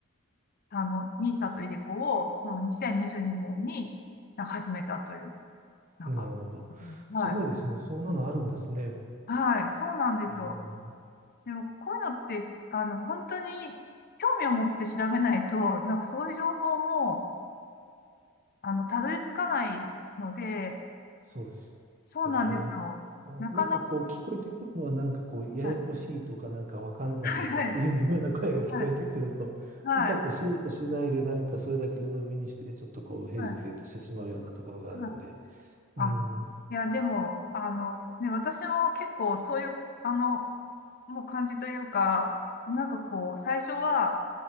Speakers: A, on the left; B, on the right.
A: あの、n i s とイデコを、その2022年にじゅうにねんになんか始めたという、なんか、
B: なるほど。
A: はい。
B: すごいですね。そんなのあるんですね。
A: はい、そうなんですよ。
B: えー
A: でも、こういうのって、あの、本当に興味を持って調べないと、なんかそういう情報も、あの、たどり着かないので、
B: そうですよね。
A: そうなんですよ。
B: ななんかこう聞こえてくるのはなんかこうややこしいとかなんかわかんないとかっていうような声が聞こえてくると、
A: なかなか、はい、はい、はい、はい、
B: 深く素人うとしないでなんかそれだけ鵜呑みにしてちょっとこうヘジテートしてしまうようなところがあるんで。
A: はい。はいあ、
B: うん、
A: いや、でも、あの、ね、私も結構そういう、あの、もう感じというか、なんかこう、最初は、